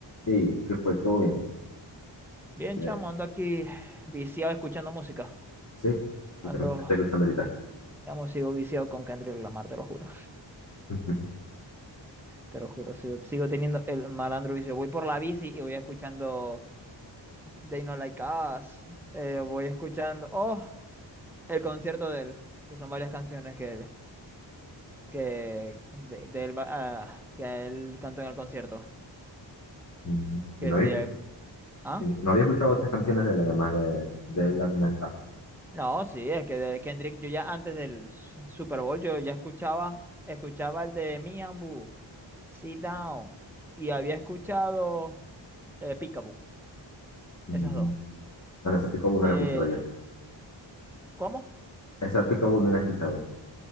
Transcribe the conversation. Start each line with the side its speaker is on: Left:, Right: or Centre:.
Left: Sí, que fue todo bien.
Centre: Bien,
Left: Eh,
Centre: chamo, ando aquí viciado escuchando música.
Left: Sí, qué
Centre: Ando,
Left: canción que estoy escuchando ahorita.
Centre: sí, chamo, sigo viciado con Kendrick Lamar, te lo juro.
Left: <laughs>
Centre: Te lo juro, sigo, sigo teniendo el malandro vicio. Voy por la bici y voy escuchando They No Like Us. eh, voy escuchando, oh, el concierto de él, que son varias canciones que él, que, de, de él va- ah, que él cantó en el concierto.
Left: Mm,
Centre: Que
Left: y No había,
Centre: sí, el- ¿ah?
Left: y no había escuchado otras canciones de la demás de, de la Nas X.
Centre: No, sí, es que de Kendrick yo ya antes del S- Super Bowl yo ya escuchaba, escuchaba el de Me and Boo. Sit Down. Y había escuchado eh, Peekaboo,
Left: Mm,
Centre: esas dos.
Left: Bueno, esa Pica no la
Centre: Eh,
Left: he escuchado yo.
Centre: ¿cómo?
Left: Esa Pica no la he escuchado.